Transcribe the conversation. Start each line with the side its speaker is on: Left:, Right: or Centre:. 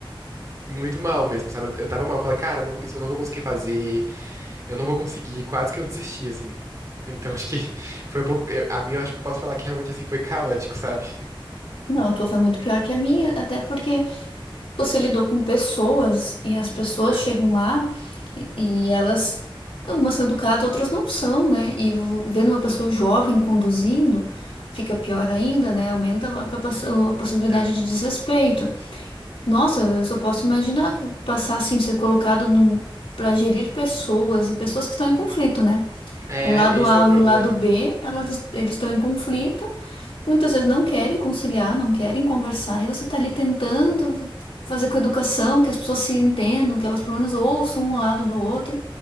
Right: muito mal mesmo, sabe? Eu, eu tava mal, eu falei, cara, não- isso eu não vou conseguir fazer, eu não vou conseguir, quase que eu desisti, assim. Então acho que <laughs> foi um pouco. eu- a mim, eu acho que eu posso falar que realmente assim foi caótico, sabe?
Left: Não, a tua foi muito pior que a minha, até porque você lidou com pessoas e as pessoas
Right: É,
Left: chegam lá e, e elas, algumas são educadas, outras não são, né? E v- vendo uma pessoa jovem conduzindo, fica pior ainda, né? Aumenta a, capaci- a possibilidade
Right: é.
Left: de desrespeito. Nossa, eu só posso imaginar passar assim, ser colocado para gerir pessoas e pessoas que estão em conflito, né?
Right: É,
Left: O lado
Right: esse
Left: A
Right: é o problema.
Left: e o lado B, elas, eles estão em conflito, muitas vezes não querem conciliar, não querem conversar, e você está ali tentando fazer com a educação, que as pessoas se entendam, que elas pelo menos ouçam um lado do outro,